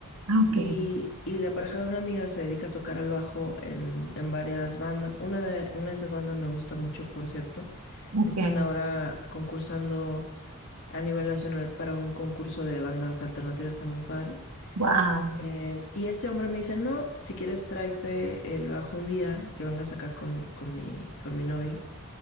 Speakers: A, on the right; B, on the left.
A: Ah, Ok,
B: y, y la pareja de una amiga se dedica a tocar el bajo en, en varias bandas. Una de, una de esas bandas me gusta mucho, por cierto.
A: ok.
B: Están ahora concursando a nivel nacional para un concurso de bandas alternativas, está muy padre.
A: Wow.
B: Em, y este hombre me dice, no, si quieres tráete el bajo un día, que vengas acá con, con mi, con mi novia.